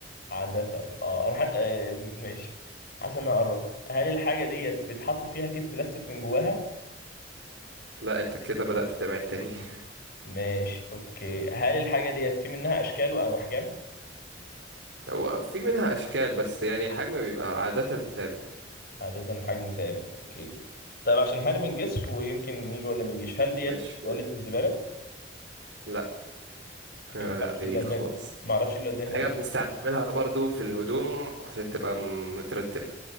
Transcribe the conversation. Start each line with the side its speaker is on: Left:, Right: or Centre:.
Left: عادة اه انا ح... آه ماشي حاسس ان انا قربت هل الحاجة ديت بيتحط فيها كيس بلاستيك من جواها؟
Right: لا انت كده بدأت تبعد تاني <laughs>
Left: ماشي اوكي هل الحاجة ديت في منها اشكال وانواع احجام؟
Right: هو في منها أشكال بس يعني حجم بيبقى عادة ثابت
Left: عادة حجم ثابت اوكي طيب عشان حجم الجسر ويمكن يجي ولا ما يجيش هل ديت
Right: مش قول
Left: سلة الزبالة؟
Right: لا <laughs>
Left: اوكي
Right: لا
Left: ما اعرفش
Right: بعيد
Left: ايه اللي قدام
Right: خالص
Left: ما اعرفش ايه اللي قدام
Right: حاجة
Left: هناك
Right: بنستعملها برضو في الهدوم عشان تبقى م- مترتبة